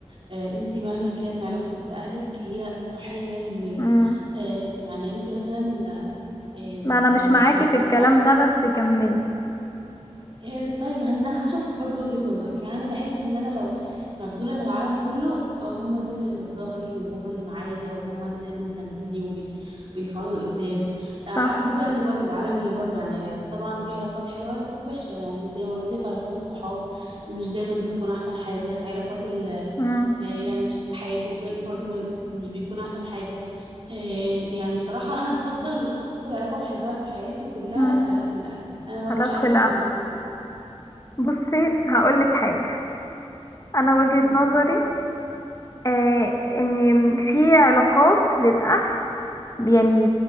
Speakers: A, on the right; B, on the left.
A: آه، انت مهما كان علاقتك باهلك هي صحيه 100%
B: امم
A: آه، يعني انت مثلا آه، آه،
B: ما انا مش
A: لو
B: معاكي
A: اتخذلتي
B: في الكلام
A: من العالم
B: ده بس كملي
A: إيه طيب انا هشوف برضو وجهة نظرك يعني انا بحس ان انا لو مغزولة من العالم كله آه، هم دول اللي في ظهري وهم اللي معايا وهم اللي دايما ساندني وبيدفعوني لقدام
B: صح
A: آه، على العكس بقى اللي بره العالم اللي بره يعني طبعا في علاقات حلوة وعلاقات وحشة يعني زي ما قلت لك علاقات الصحاب مش دايما بتكون احسن حاجة علاقات ال
B: امم
A: آه، يعني في حياتك ب- برضو ما- مش بيكون احسن حاجة آه، يعني بصراحة انا بفضل اكتر علاقة بحبها في حياتي كلها
B: امم
A: علاقة الاهل انا بقى
B: علاقة
A: مش عارفة
B: لا
A: انت وجهة نظرك
B: بصي هقولك حاجة انا وجهة
A: قولي
B: نظري آه ان في علاقات للاهل يعني